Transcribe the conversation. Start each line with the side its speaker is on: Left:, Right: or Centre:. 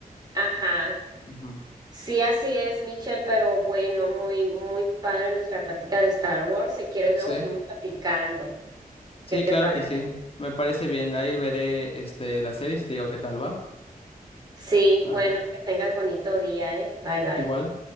Right: Ajá,
Left: Ujú.
Right: sí, así es, Michelle, pero bueno, muy, muy padre nuestra plática de Star Wars. Si quieres,
Left: Sí,
Right: luego seguimos platicando.
Left: sí,
Right: ¿Qué te
Left: claro
Right: parece?
Left: que sí. Me parece bien. Ahí veré este la serie y te digo qué tal va.
Right: Sí,
Left: Vale.
Right: bueno, que tengas bonito día, ¿eh? Bye, bye.
Left: Igual.